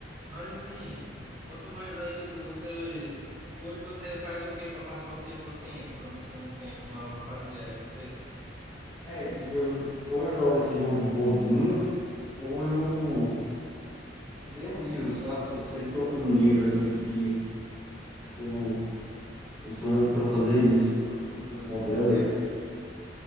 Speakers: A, on the right; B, in the centre.
A: Mas assim, quanto mais aí você. Hoje você faz o que para passar o tempo assim, quando você não tem algo pra fazer? Aí você.
B: É, eu, ou eu jogo esses jogos bobinhos, ou eu leio um livro, sabe? Eu sempre tô com um livro assim que, que eu costumo para fazer isso, pra- quando eu tô de bobeira, ler.